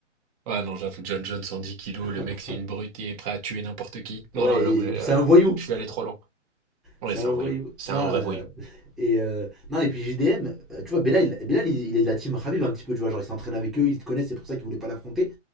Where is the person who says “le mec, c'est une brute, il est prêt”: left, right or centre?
Right